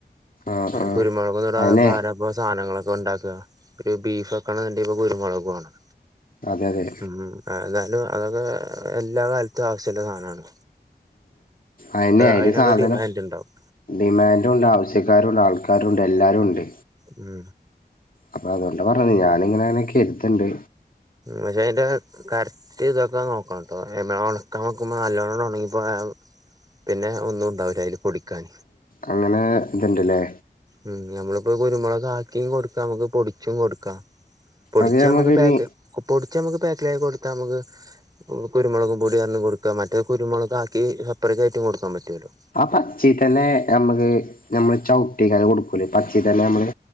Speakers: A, on the left; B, on the right.
A: ആഹ് ആഹ്
B: കുരുമുളകൊന്ന്
A: അയിനെ
B: അരപ്പോ സാധനങ്ങളൊക്കെ ഉണ്ടാക്ക ഒരു ബീഫ് ഒക്കണുണ്ടെങ്ക ഇപ്പൊ കുരുമുളക് പോേണം
A: അതെ അതെ
B: ഉം എന്നാലും അതൊക്കെ എല്ലാ കാലത്തും ആവശ്യമുള്ള സാധനമാണ്
A: അന്നെ അയ്‌ന്റെ
B: അതിനൊക്കെ
A: സാധനം
B: ഡിമാൻഡ് ഉണ്ടാവും
A: ഡിമാന്റുണ്ട് ആവശ്യക്കാരുണ്ട് ആൾക്കാരുണ്ട് എല്ലാവരു ഉണ്ട്
B: ഉം
A: അപ്പൊ അതുകൊണ്ട് പറഞ്ഞത് ഞാനിങ്ങനെ അങ്ങനൊക്കെ എടുത്തണ്ട്
B: പക്ഷേ ഇത് കറക്റ്റ് ഇതൊക്കെ നോക്കണം കേട്ടോ എ ഉണക്കാൻ നോക്കുമ്പോ നല്ലോണം ഉണങ്ങിപ്പോ പിന്നെ ഒന്നും ഉണ്ടാവില്ല അതില് പൊടിക്കാൻ
A: അങ്ങനെ ഇത്ണ്ട്ലേ
B: ഉം നഞമ്മളിപ്പോൊ കുരുമുളകക്കിയും കൊടുക്കാ നമുക്ക് പൊടിച്ചും കൊടുക്കാം പൊടിച്ച്
A: അത് നമ്മക്ക്
B: നമക്ക് പക്ക്
A: ഇനി
B: പൊടിച്ച നമക്ക് പാക്കല കൊടുത്താ അമക്ക് കുരുമുളകും പൊടിറിണം കൊടുക്ക മറ്റേ കുരുമുളക് ആക്കി സപ്പറേറ്റ് ആട്ടും കൊടുക്കാൻ പറ്റുമല്ലോ
A: ആ പച്ചയി തന്നെ നമ്മക്ക് നമ്മള് ചവിട്ടി കൊടുക്കൂല പച്ചി തന്നെ നമ്മള്